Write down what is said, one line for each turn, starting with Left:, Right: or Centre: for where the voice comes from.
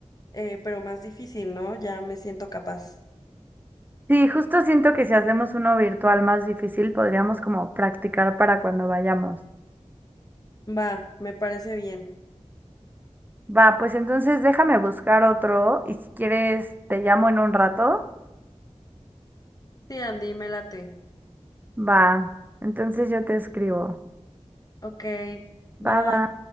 Left: eh, pero más difícil, ¿no? Ya me siento capaz.
Right: Sí, justo siento que si hacemos uno virtual más difícil, podríamos como practicar para cuando vayamos.
Left: Va, me parece bien.
Right: Va, pues entonces déjame buscar otro y si quieres te llamo en un rato.
Left: Sí, Andy, me late.
Right: Va, entonces yo te escribo.
Left: Ok, bye.
Right: Va, va.